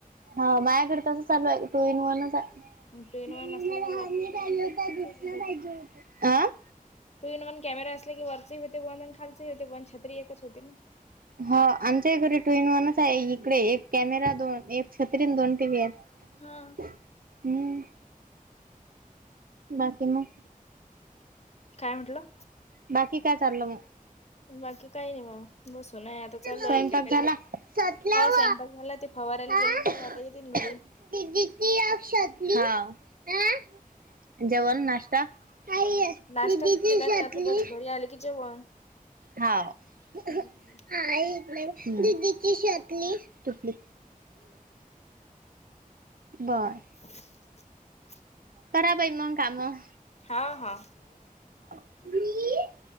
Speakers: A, on the right (about 75°); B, on the left (about 45°).
A: हाव माझ्याकडे तसंच चालू आहे, टु इन वनच आहे.
B: अन टु इन वन असलं
A: लहान
B: कि, वरचही बंद
A: पाहिजे
B: होतंय
A: होता
B: अन खालचं
A: दुसरा
B: ही बंद
A: पाहिजे
B: होतंय.
A: होता. अ
B: टू इन वन कॅमेरा असला की, वरचेही होते बंद खालचहि होते बंद. छत्री एकच होते ना.
A: हो, आमच्याही घरी टु इन वनच आहे. इकडे एक कॅमेरा, दोन एक छत्री दोन टीव्ही आहेत.
B: हा.
A: हम्. बाकी मग?
B: काय म्हटलं?
A: बाकी काय चाललंय म?
B: बाकी काही नाही बघा. बसूनय आता, चालू
A: स्वयंपाक
B: आहे एका एकाचे.
A: झाला. सतलाव
B: हा, सैंपाक झाला ते फवार्याला
A: हा
B: गेली ना, आता येतीन घरी.
A: दिदीची या शतली? हाव. हा. जेवण, नाश्ता? हाय यं.
B: नाश्ता
A: दिदीची
B: केला
A: शतली?
B: नाही आता बस घरी आले की जेवण.
A: हाव.
B: हम्म.
A: आई, इकडे ये. दिदीची शतली? तुटली. बरं.
B: <unintelligible>
A: करा बाई, मंग कामं.
B: हा हा.
A: मी